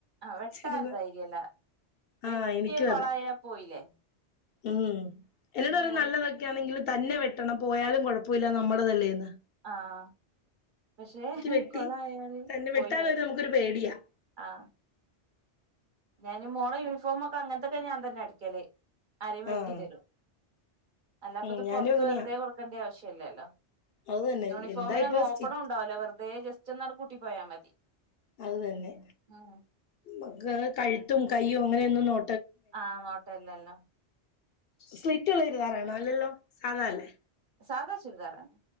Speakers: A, on the right (about 50°); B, on the left (about 65°).
A: ആഹ് വെട്ടാളേ
B: ചുരിദാ
A: ധൈര്യല്ല വെട്ടിയ
B: ആഹ് എനിക്കും
A: കൊളായ
B: അതെ
A: പോയില്ലേ
B: ഉം എന്നോട്
A: ഇനി
B: പറ
A: യൂണി
B: നല്ലതൊക്കെയാണെങ്കിലും തന്നെ വെട്ടണം പോയാലും കൊഴപ്പല്ല നമ്മുടെ തല്ലേന്ന്
A: ആഹ് പക്ഷെ
B: വെട്ടി
A: കൊളയാല്
B: തന്നെ
A: പോയില്ലേ
B: വെട്ടാനൊരു നമുക്കൊരു പേടിയാ
A: ആഹ് ഞാൻ മോള യൂണിഫോമക്കെ അങ്ങനത്തൊക്കെ ഞാൻ തന്നെ അടിക്കല് ആരെ വെട്ടി
B: ആഹ്
A: തരും അല്ലാപ്പത്
B: ഉം ഞാനും
A: പൊറത്ത്
B: അങ്ങനെയാ
A: വെറുതെ കൊടുക്കേണ്ടി ആവശ്യല്ലല്ലോ
B: അത് തന്നെ
A: യൂണിഫോമിനൊന്നും
B: എന്താ ഇപ്പൊ
A: ഓപ്പണുംണ്ടാവല്ല
B: സ്റ്റി
A: വെറുതെ ജസ്റ്റ് ഒന്ന് കൂട്ടി പോയാ മതി
B: അത് തന്നെ.
A: ഉം
B: മക്കളെ കഴുത്തും കൈയ്യും അങ്ങനെയൊന്നും നോ
A: ആഹ് നോട്ടല്ലല്ലോ
B: സ്ലിറ്റ ഉള്ള ചുരിതാറാണോ അല്ലല്ലോ സാധ അല്ലേ
A: സാധാ ചുരിദാറാണ്